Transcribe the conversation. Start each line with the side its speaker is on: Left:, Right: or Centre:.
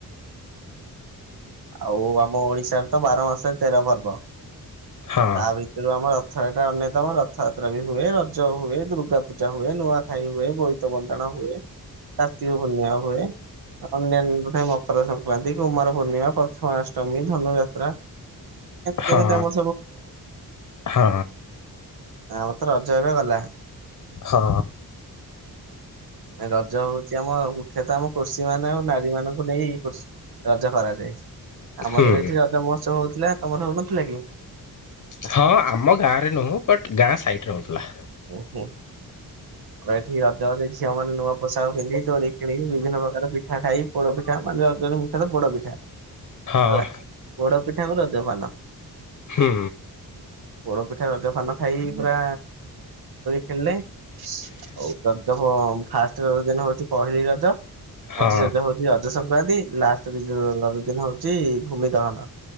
Right: ଆଉ ଆମ ଓଡିଶାରେ ତ ବାର ମାସରେ ତେର ପର୍ବ ଆଉ
Left: ହଁ
Right: ତା ଭିତରୁ ଆମର ର ଥରେ ଏଟା ଅନ୍ୟତମ ରଥଯାତ୍ରା ବି ହୁଏ ରଜ ହୁଏ ଦୁର୍ଗା ପୂଜା ହୁଏ ନୂଆଖାଇ ହୁଏ ବୋଇତ ବନ୍ଦାଣୁଏ ହୁଏ କାର୍ତ୍ତିକ ପୂ୍ଣ୍ଣିମା ହୁଏ। ଅନ୍ୟାନ୍ୟ ମକର ସଂକ୍ରାନ୍ତି କୁମାର ପୂର୍ଣ୍ଣିମା ପ୍ରଥମାଷ୍ଟମୀ ଧନୁଯାତ୍ରା ମିମ
Left: ହଁ
Right: <inaudible>
Left: ହଁ।
Right: ଆମର ତ ରଜ ଏବେ ଗଲା।
Left: ହଁ।
Right: ରଜ ହଉଛି ଆମ ମୁଖ୍ୟତଃ ଆମ କୃଷି ମାନେ ଆଉ ନାରୀ ମାନଙ୍କୁ ନେଇ ରଜ କରାଯାଏ ଆମର
Left: ହୁଁ
Right: ବି ଏଠି ରଜ ମହୋତ୍ସବ ହଉଥିଲା ତମର ହଉନଥିଲା କି?
Left: ହଁ ଆମ ଗାଁ ରେ ନୁହଁ ବଟ ଗାଁ ସାଇଡରେ ରହୁଥିଲା।
Right: ଓ ହୋ। ଆ ଏଠି ଝିଅ ମାନେ ନୂଆ ପୋଷାକ ପିନ୍ଧି ଦୋଳି ଖେଳି ବିଭିନ୍ନ ପ୍ରକାର ପିଠା ଖାଇ ପୋଡ଼ ପିଠା ମାନେ ରଜରେ ମୁଖ୍ୟତଃ ପୋଡ଼ପିଠା।
Left: ହଁ
Right: ହେଲା ପୋଡ ପିଠା କୁ ରଜ ପାନ।
Left: ହୁଁ
Right: ପୋଡପିଠା ରଜ ପାନ ଖାଇ ପୁରା ଖେଳିଲେ ଆଉ ରଜ ଫାଷ୍ଟ ରଜ ଦିନ ହଉଛି ପହିଲି ରଜ
Left: ହଁ
Right: ମଝି ରଜ ହଉଛି ରଜ ସଂକ୍ରାନ୍ତି ଲାଷ୍ଟ ଦିନ ହଉଛି ଭୂମି ଦହନ।